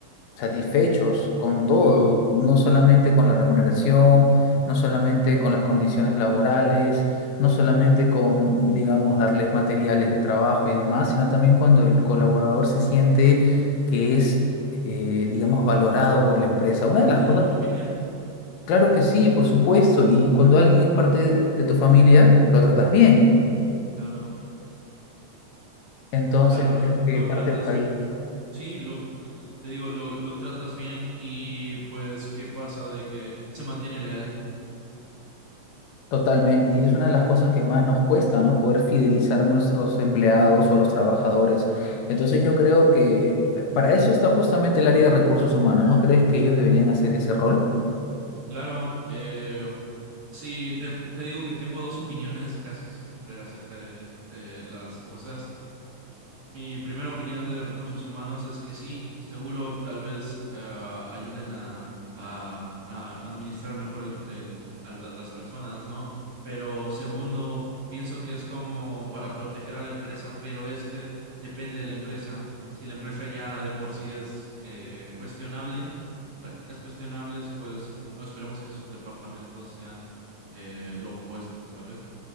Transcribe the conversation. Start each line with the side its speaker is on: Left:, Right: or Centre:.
Left: satisfechos con todo, no solamente con la remuneración, no solamente con las condiciones laborales, no solamente con, digamos, darles materiales de trabajo y demás, sino también cuando el colaborador se siente que es, eh, digamos, valorado por la empresa. Una
Right: parte
Left: de las cosas,
Right: de una familia.
Left: claro que sí, por supuesto, y cuando alguien es parte de de tu familia, lo tratas bien.
Right: Claro,
Left: Entonces,
Right: claro, lo,
Left: creo
Right: lo
Left: que parte
Right: tratas
Left: por ahí.
Right: bien. Sí, lo, te digo, lo, lo tratas bien y pues, ¿qué pasa de que se mantiene leal?
Left: Totalmente, y esa es una de las cosas que más nos cuesta, ¿no? Poder fidelizar a nuestros empleados o a los trabajadores. Entonces yo creo que eh, para eso está justamente el área de recursos humanos, ¿no crees que ellos deberían hacer ese rol?
Right: Claro, eh, sí, te, te digo que tengo dos opiniones casi siempre acerca de eh, las cosas. Mi primera opinión de recursos humanos es que sí, seguro, tal vez eh, ayuden a, a- a administrar mejor el, el- a la- las personas, ¿no? Pero segundo, pienso que es como para proteger a la empresa, pero es que depende de la empresa. Si la empresa ya de por sí es eh, cuestionable, con prácticas cuestionables, pues no esperemos que sus departamentos sean eh, lo opuesto, ¿sabes?